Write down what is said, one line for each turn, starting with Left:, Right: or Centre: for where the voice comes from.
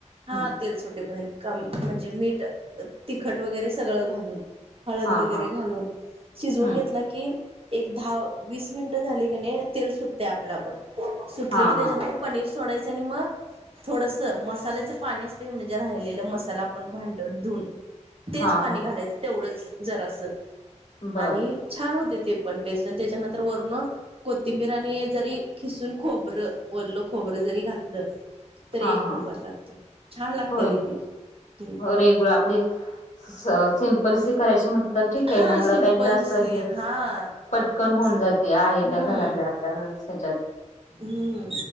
Right: हां
Left: हं.
Right: तेल सोटेपर्यंत. - कमं म्हणजे मीठं तिखटं वगैरे सगळं घालून. - हळदं
Left: हां,
Right: वगैरे
Left: हां.
Right: घालून शिजवून
Left: हं.
Right: घेतलं की. - एकं दहां वीसं मिनिटं झाली की, नाही तेल सुटते आपलं आपणं सुटले
Left: हां,
Right: की त्याच्यातं.
Left: हां.
Right: - पनीर सोडायचं आणि मगं -. थोडस मसाल्याचं पाणी असतं म्हणजे राहिलेला मसाला आपण भांड धूऊन तेच
Left: हां,
Right: पाणी
Left: हां.
Right: घालायचं तेवढंच जरासं
Left: बरं.
Right: आणि छान होते ते पण. त्याच्यानंतर वर कोथिंबीर आणि जरी खिसुन खोबर ओल खोबरं जरी घातलं तरी
Left: हां,
Right: एक
Left: हां.
Right: नंबर लागते. छान लागते
Left: होय.
Right: ती डिश हम्म.
Left: रेगुलर आपली सिम्पल सी करायची म्हटलं तर ठीक
Right: हा
Left: आहे. ना ह्याला
Right: सिम्पल
Left: काही त्रास
Right: सी
Left: तर हे
Right: हा
Left: पटकन
Right: असं
Left: होऊन जाते आहे
Right: हम्म
Left: त्या घरातल्या ह्याच्यात.
Right: हम्म.